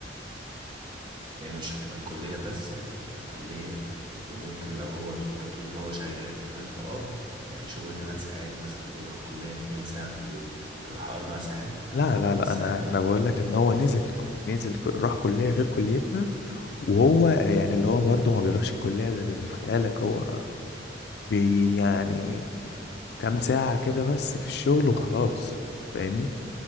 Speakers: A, on the right; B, on the left.
A: هي مش هتبقى الكلية بس هي هتبقى الكلية وممكن لو هو انت بتقول ان هو شغال كمان فاه يعني شغل 8 ساعات مثلا بيروح الكلية كام ساعة في اليوم بيروح اربع ساعات
B: لا
A: او
B: لا
A: خمس
B: لا انا
A: ساعات
B: انا بقول لك ان هو نزل نزل ك- راح كليه غير كليتنا وهو يعني اللي هو برضه ما بيروحش الكليه زي اللي في خيالك هو بي يعني كام ساعه كده بس في الشغل وخلاص فاهمني